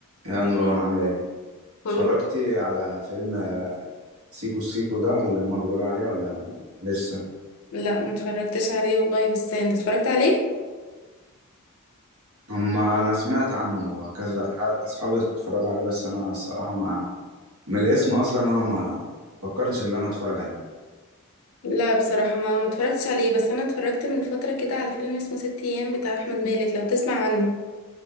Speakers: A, on the right; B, on the left.
A: يا نوران عاملة ايه؟
B: كله
A: اتفرجتي على فيلم سيكو سيكو ده اللي هما بيقولوا عليه ولا لسه؟
B: لا ما اتفرجتش عليه والله بس انت اتفرجت عليه
A: هما أنا سمعت عنه كذا ح- أصحابي اتفرجوا عليه بس أنا الصراحة ما من الاسم أصلا أنا ما فكرتش إن أنا أتفرج عليه
B: لا بصراحة ما ما اتفرجتش عليه بس انا اتفرجت من فترة كده على فيلم اسمه ست ايام بتاع احمد مالك لو تسمع عنه